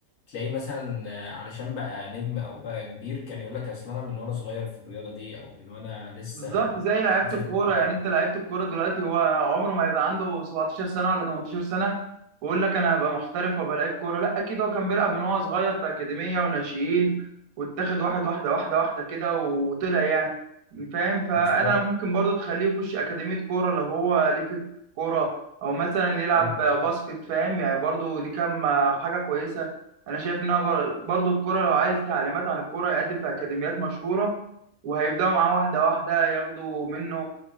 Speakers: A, on the left; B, on the right.
A: تلاقيه مثلا آه، علشان بقى نجم او بقى كبير كان يقول لك اصل انا من وانا صغير في الرياضه دي او من وانا لسه
B: بالظبط زي لعيبه
A: لسه
B: الكوره
A: في ابتدائي
B: يعني انت لعيبه الكوره دلوقتي هو عمره ما هيبقى عنده 17 سنه ولا 18 سنه ويقول لك انا هبقى محترف وابقى لعيب كوره لا اكيد هو كان بيلعب من وهو صغير في اكاديميه وناشئين واتاخد واحد واحده واحده واحده كده وطلع يعني فاهم فانا
A: بالظبط
B: ممكن برضو تخليه يخش اكاديميه كوره لو هو ليه في الكوره او مثلا يلعب
A: حلو برضه.
B: باسكت فاهم يعني برضو دي كام حاجه كويسه انا شايف انها بر- برضو الكوره لو عايز تعليمات عن الكوره يقدم في اكاديميات مشهوره وهيبداوا معاه واحده واحده ياخدوا منه